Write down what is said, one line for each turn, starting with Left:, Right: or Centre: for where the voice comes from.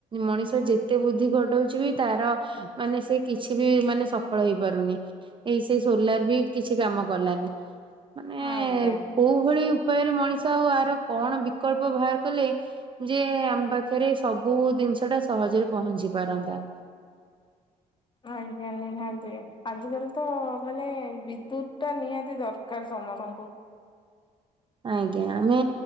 Right: ମଣିଷ ଯେତେ ବୁଦ୍ଧି ଖଟଉଛି ବି ତାର ମାନେ ସେ କିଛି ବି ମାନେ ସଫଳ ହେଇପାରୁନି। ଏଇ ସେ ସୋଲାର୍ ବି କିଛି କାମ କଲାନି। ମାନେ
Left: ଆଜ୍ଞା।
Right: କୋଉ ଭଳି ଉପାୟରେ ମଣିଷ ଆଉ ଆର କଣ ବିକଳ୍ପ ବାହାର କଲେ ଯେ ଆମ ପାଖରେ ସବୁ ଜିନିଷଟା ସହଜରେ ପହଞ୍ଚି ପାରନ୍ତା।
Left: ଆଜ୍ଞା। ନିହାତି, ଆଜିକାଲି ତ ମାନେ ବିଦ୍ୟୁତଟା ନିହାତି ଦରକାର ସମସ୍ତଙ୍କୁ।
Right: ଆଜ୍ଞା। ଆମେ